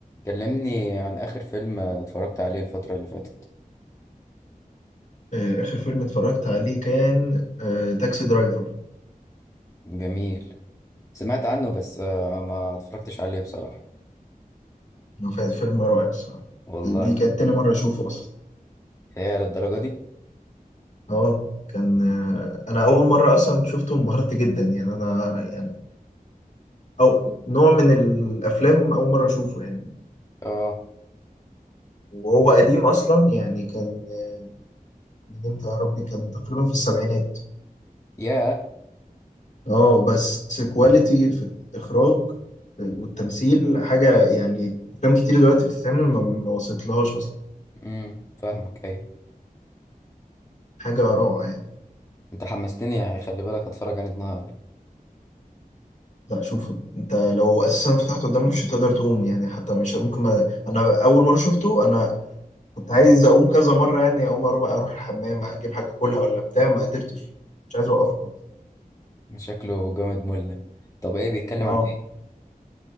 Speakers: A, on the left; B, on the left.
A: كلمني عن آخر فيلم اتفرجت عليه الفترة اللي فاتت
B: آه، آخر فيلم اتفرجت عليه كان آه، تاكسي درايفر
A: جميل سمعت عنه بس آه، ما اتفرجتش عليه بصراحة
B: هو كان فيلم رائع الصراحة
A: والله
B: دي كانت تاني مرة أشوفه أصلا
A: هي للدرجة دي
B: اه كان آه، أنا أول مرة أصلا شفته انبهرت جدا يعني أنا يعني أو نوع من الأفلام أول مرة أشوفه يعني
A: اه
B: وهو قديم أصلا يعني كان آه، من إمتى يا ربي كان تقريبا في السبعينات
A: يا
B: اه بس كواليتي في الإخراج والتمثيل حاجة يعني أفلام كتير دلوقتي بتتعمل ما ما وصلتلهاش أصلا
A: امم فاهمك ايوه
B: حاجة روعة
A: انت حمستني يعني خلي بالك اتفرج عليه النهاردة
B: لا شوفه انت لو اساسا فتحته قدامك مش هتقدر تقوم يعني حتى مش ممكن ما... انا اول مره شفته انا كنت عايز اقوم كذا مره يعني اقوم اروح بقى اروح الحمام اجيب حاجه كلها ولا بتاع ما قدرتش مش عايز اوقف خالص
A: شكله جامد مله طب ايه بيتكلم
B: اه
A: عن ايه